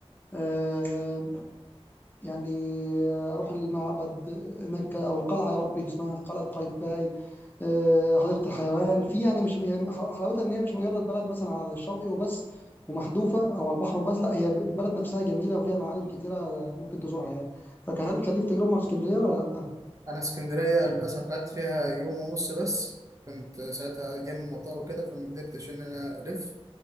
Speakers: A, on the left; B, on the right.
A: آه، يعني آه، اروح المعبد هناك او القلعه يا ربي اسمها قلعه قايتباي آه، حديقه الحيوان في يعني مش هي حلاوتها ان هي مش مجرد بلد مثلا على الشاطئ وبس ومحذوفه او على البحر وبس لا هي البلد نفسها جميله وفيها معالم كتيره ممكن تزورها يعني فهل كان ليك تجربه مع اسكندريه ولا لا؟
B: انا اسكندريه للاسف قعدت فيها يوم ونص بس كنت ساعتها جاي من المطار وكده فما قدرتش ان انا الف